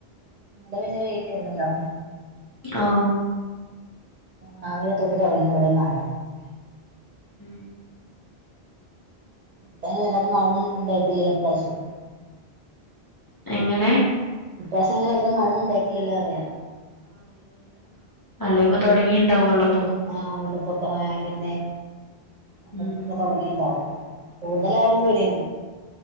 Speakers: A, on the right; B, on the left.
A: നിടെ പിന്നെ വെയിലുന്നല്ലോ
B: ആഹ
A: രാവിലെ തൊട്ട് തൊടങ്ങി ഇവിടെ മഴ
B: ഉം
A: <unintelligible> ട്ടാനും വല്ലാതെ മഴൊന്നും ഉണ്ടായിട്ടില്ലല്ലോ ഇ പ്രാവശ്യം
B: എങ്ങനെ
A: ഇപ്രാവശ്യം അങ്ങനെ വല്യ മഴന്നുണ്ടായിട്ടില്ലല്ലോ പറയ്യാ
B: അല്ലെപ്പൊ തുടങ്ങിണ്ടാവള്ളൂ
A: ആഹ ഉള്ളപ്പൊക്ക പിന്നെ അക്കൊക്കെ
B: ഉം
A: തുടങ്ങിണ്ടാവും കൂടുതലായാലും പേടിയാണ്